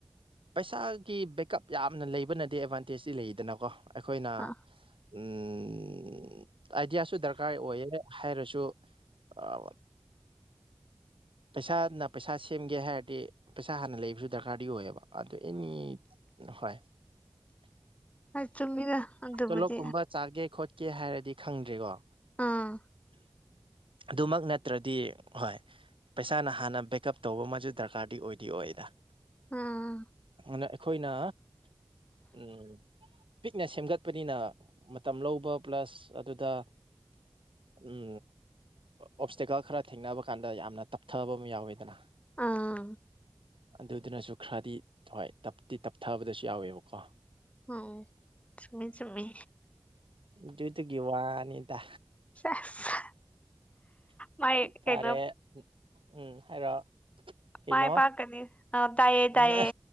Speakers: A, on the right; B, on the left.
A: ꯄꯩꯁꯥꯒꯤ ꯕꯦꯛꯀꯞ ꯌꯥꯝꯅ ꯂꯩꯕꯅꯗꯤ ꯑꯦꯗꯚꯥꯟꯇꯦꯖꯇꯤ ꯂꯩꯗꯅꯀꯣ ꯑꯩꯈꯣꯏꯅ
B: ꯑ
A: ꯎꯝ ꯑꯥꯏꯗꯤꯌꯥꯁꯨ ꯗꯔꯀꯥꯔ ꯑꯣꯏꯌꯦ ꯍꯥꯏꯔꯁꯨ ꯑꯥ ꯄꯩꯁꯥꯅ ꯄꯩꯁꯥ ꯁꯦꯝꯒꯦ ꯍꯥꯏꯔꯗꯤ ꯄꯩꯁꯥ ꯍꯥꯟꯅ ꯂꯩꯕꯁꯨ ꯗꯔꯀꯥꯔꯗꯤ ꯑꯣꯏꯌꯦꯕ ꯑꯗꯨ ꯑꯦꯅꯤ ꯍꯣꯏ
B: ꯍꯣꯏ ꯆꯨꯝꯃꯤꯗ ꯑꯗꯨꯕꯨꯗꯤ
A: ꯇꯣꯂꯣꯞ ꯀꯨꯝꯕ ꯆꯥꯒꯦ ꯈꯣꯠꯀꯦ ꯍꯥꯏꯔꯗꯤ ꯈꯪꯗ꯭ꯔꯤꯀꯣ
B: ꯑꯥ
A: ꯑꯗꯨꯃꯛ ꯅꯠꯇ꯭ꯔꯗꯤ ꯍꯣꯏ ꯄꯩꯁꯥꯅ ꯍꯥꯟꯅ ꯕꯦꯛꯀꯑꯞ ꯇꯧꯕ ꯑꯃꯁꯨ ꯗꯔꯀꯥꯔꯗꯤ ꯑꯣꯏꯗꯤ ꯑꯣꯏꯌꯦꯗꯥ
B: ꯎꯝ
A: ꯑꯗꯨ ꯑꯩꯈꯣꯏꯅ ꯎꯝ꯫ ꯄꯤꯛꯅ ꯁꯦꯝꯒꯠꯄꯅꯤꯅ ꯃꯇꯝ ꯂꯧꯕ ꯄ꯭ꯂꯁ ꯑꯗꯨꯗ꯫ ꯎꯝ ꯑꯣꯞꯁꯇꯦꯀꯜ ꯈꯔ ꯊꯦꯡꯅꯕ ꯀꯥꯟꯗ ꯌꯥꯝꯅ ꯇꯞꯊꯕ ꯑꯃ ꯌꯥꯎꯋꯦꯗꯅ
B: ꯑꯥ
A: ꯑꯗꯨꯗꯨꯅꯁꯨ ꯈꯔꯗꯤ ꯍꯣꯏ ꯇꯞꯇꯤ ꯇꯞꯊꯕꯗꯁꯨ ꯌꯥꯎꯋꯦꯕꯀꯣ꯫
B: ꯎ ꯆꯃꯤ ꯆꯃꯤ
A: ꯇꯒꯤꯈꯤꯕ ꯋꯥꯅꯤꯗ
B: ꯁꯦꯁ ꯃꯥꯏ
A: ꯐꯔꯦ
B: ꯀꯩꯅꯣ
A: ꯎꯝ ꯍꯥꯏꯔꯣ ꯀꯩꯅꯣ
B: ꯃꯥꯏ ꯄꯥꯛꯀꯅꯤ ꯑ ꯇꯥꯏꯏꯌꯦ ꯇꯗꯥꯏꯌꯦ
A: ꯎꯝ